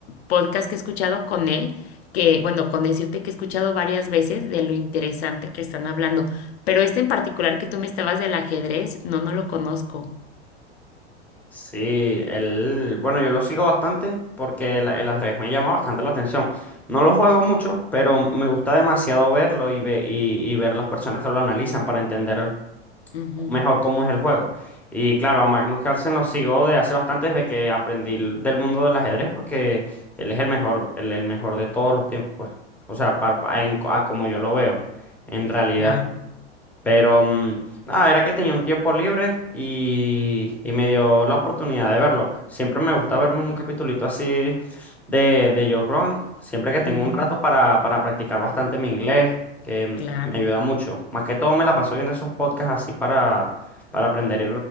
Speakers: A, on the left (about 65°); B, in the centre.
A: podcast que he escuchado con él. que, bueno, con decirte que he escuchado varias veces de lo interesante que están hablando. Pero este en particular que tú me estabas del ajedrez, no, no lo conozco.
B: Sí, él, bueno, yo lo sigo bastante porque el, el ajedrez me llama bastante la atención. No lo juego mucho, pero me gusta demasiado verlo y, ve, y, y ver las personas que lo analizan para entender
A: Ujú,
B: mejor cómo es el juego. Y claro, a Magnus Carlsen lo sigo de hace bastante desde que aprendí l- del mundo del ajedrez porque él es el mejor, el, el mejor de todos los tiempos, pues. O sea, par- pa- en, co- a como yo lo veo, en realidad.
A: claro.
B: Pero mm, nada, era que tenía un tiempo libre y, y me dio la oportunidad de verlo. pues. Siempre me gusta
A: Ok.
B: verme un capitulito así de, de Joe Rogan, siempre que tengo
A: Ujú,
B: un rato para, para practicar bastante mi inglés, que mm,
A: claro.
B: me ayuda mucho. Más que todo me la paso viendo esos podcasts así para, para aprender